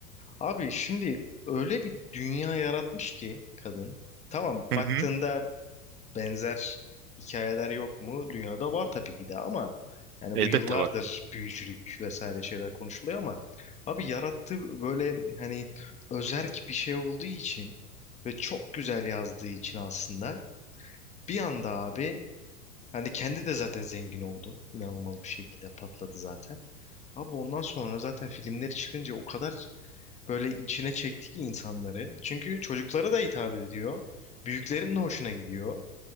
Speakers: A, on the left; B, on the right.
A: Abi şimdi öyle bir dünya yaratmış ki kadın. Tamam baktığında
B: Hı hı.
A: benzer hikayeler yok mu? Dünyada var tabii ki de ama yani
B: Elbette
A: bu yıllardır
B: var.
A: büyücülük vesaire şeyler konuşuluyor ama abi yarattığı böyle hani özerk bir şey olduğu için ve çok güzel yazdığı için aslında bir anda abi hani kendi de zaten zengin oldu. İnanılmaz bir şekilde patladı zaten. Abi ondan sonra zaten filmleri çıkınca o kadar Böyle içine çekti ki insanları. Çünkü çocuklara da hitap ediyor. Büyüklerin de hoşuna gidiyor.